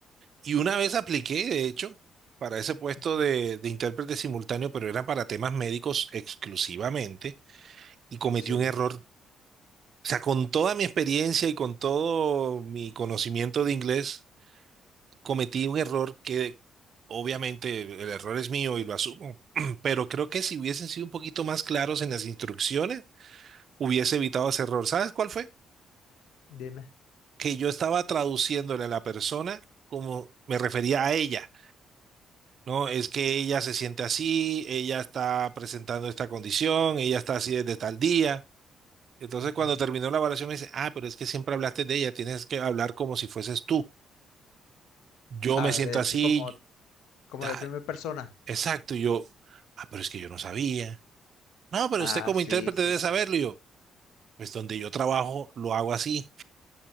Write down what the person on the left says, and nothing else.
Ujú.
Sí.
Dime.
Ujú.
Ah,
de,
como, como
de primera persona.
Ah,
sí,
sí,
sí.